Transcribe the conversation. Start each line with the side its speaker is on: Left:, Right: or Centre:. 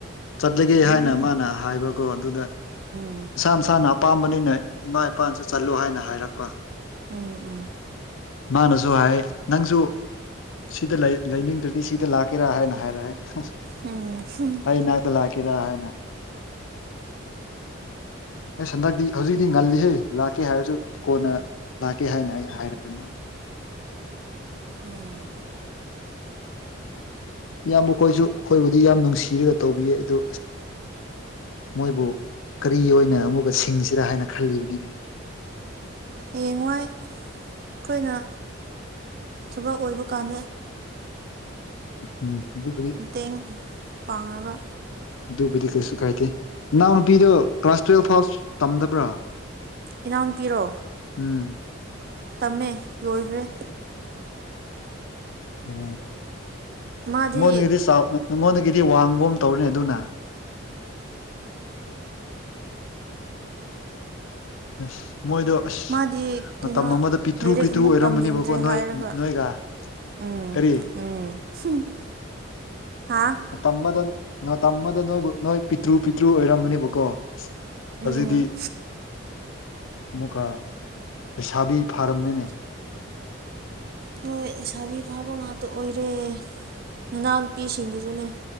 Left: ꯆꯠꯂꯒꯦ ꯍꯥꯏꯅ ꯃꯥꯅ ꯍꯥꯏꯕꯀꯣ ꯑꯗꯨꯗ
Right: ꯎꯝ
Left: ꯃꯁꯥ ꯃꯁꯥꯅ ꯑꯄꯥꯝꯕꯅꯤꯅ ꯏꯃꯥ ꯏꯄꯥꯅꯁꯨ ꯆꯠꯂꯨ ꯍꯥꯏꯅ ꯍꯥꯏꯔꯛꯄ
Right: ꯎꯝ ꯎꯝ
Left: ꯃꯥꯅꯁꯨ ꯍꯥꯏ ꯅꯪꯁꯨ ꯁꯤꯗ ꯂꯩ ꯂꯩꯅꯤꯡꯗ꯭ꯔꯗꯤ ꯁꯤꯗ ꯂꯥꯛꯀꯦꯔꯥ ꯍꯥꯏꯅ ꯍꯥꯏꯔꯛꯑꯦ
Right: ꯎꯝ
Left: ꯑꯩ ꯅꯥꯛꯇ ꯂꯥꯛꯀꯔꯥ ꯍꯥꯏꯅ ꯑꯁ ꯍꯟꯗꯛꯇꯤ ꯍꯧꯖꯤꯛꯇꯤ ꯉꯜꯂꯤꯍꯦ ꯂꯥꯛꯀꯦ ꯍꯥꯏꯔꯁꯨ ꯀꯣꯟꯅ ꯂꯥꯛꯀꯦ ꯍꯥꯏꯅ ꯑꯩ ꯍꯥꯏ <unintelligible>
Right: ꯑꯣꯝ
Left: ꯏꯌꯥꯝꯕ ꯈꯣꯏꯁꯨ ꯑꯩꯈꯣꯏꯕꯨꯗꯤ ꯌꯥꯝ ꯅꯨꯡꯁꯤꯔꯒ ꯇꯧꯕꯤꯌꯦ ꯑꯗꯨ ꯃꯣꯏꯕꯨ ꯀꯔꯤ ꯑꯣꯏꯅ ꯑꯃꯨꯛꯀ ꯁꯤꯡꯁꯤꯔꯥ ꯍꯥꯏꯅ ꯈꯜꯂꯤꯕꯅꯤꯅꯦ
Right: ꯍꯌꯦꯡꯋꯥꯏ ꯑꯩꯈꯣꯏꯅ ꯊꯕꯛ ꯑꯣꯏꯕ ꯀꯥꯟ
Left: ꯎꯝ ꯑꯗꯨꯕꯨꯗꯤ
Right: ꯃꯇꯦꯡ ꯄꯥꯡꯉꯒ
Left: ꯗꯨꯕꯨꯗꯤ ꯀꯩꯁꯨ ꯀꯥꯏꯇꯦ ꯅꯎꯅ ꯄꯤꯗꯣ ꯀ꯭ꯂꯥꯁ ꯇꯨꯋꯦꯜꯐ ꯐꯥꯎ ꯇꯝꯗꯕ꯭ꯔꯥ
Right: ꯏꯅꯥꯎꯅꯨꯄꯤꯔꯣ
Left: ꯎꯝ
Right: ꯇꯝꯃꯦ ꯂꯣꯏꯒ꯭ꯔꯦ
Left: ꯑꯣ
Right: ꯃꯥꯗꯤ
Left: ꯅꯪꯉꯣꯟꯗꯒꯤꯗꯤ ꯆꯥꯎ ꯅꯉꯣꯟꯗꯒꯤꯗꯤ ꯋꯥꯡꯕ ꯑꯃ ꯇꯧꯔꯅꯤ ꯑꯗꯨꯅ ꯑꯁ ꯃꯣꯏꯗꯣ ꯑꯁ
Right: ꯃꯥꯗꯤ ꯀꯩꯅꯣ
Left: ꯃꯇꯝ ꯑꯃꯗ ꯄꯤꯛꯇ꯭ꯔꯨ
Right: ꯂꯥꯏꯔꯤꯛ
Left: ꯄꯤꯇ꯭ꯔꯨ
Right: ꯑꯃꯨꯛ
Left: ꯑꯣꯏꯔꯝꯕꯅꯦꯕꯀꯣ
Right: ꯇꯝꯅꯤꯡꯗ꯭ꯔꯦ
Left: ꯅꯣꯏ
Right: ꯍꯥꯏꯔꯒ
Left: ꯅꯣꯏꯒ
Right: ꯎꯝ
Left: ꯀꯔꯤ
Right: ꯎꯝ <unintelligible> ꯍꯥꯥ
Left: ꯅꯇꯝꯕꯗ ꯅꯇꯝꯕꯗ ꯅꯣꯏꯕꯨ ꯅꯣꯏ ꯄꯤꯇ꯭ꯔꯨ ꯄꯤꯇ꯭ꯔꯨ ꯑꯣꯏꯔꯝꯕꯅꯦꯕꯀꯣ ꯍꯧꯖꯤꯛꯗꯤ
Right: ꯎꯝ
Left: ꯑꯃꯨꯛꯀ ꯂꯩꯁꯥꯕꯤ ꯐꯥꯔꯝꯃꯦꯅꯦ
Right: ꯍꯣꯏ ꯁꯥꯥꯕꯤ ꯐꯥꯕ ꯉꯥꯛꯇ ꯑꯣꯏꯔꯦ ꯅꯅꯥꯎ ꯅꯨꯨꯄꯤꯁꯤꯡꯗꯨꯁꯨꯅꯦ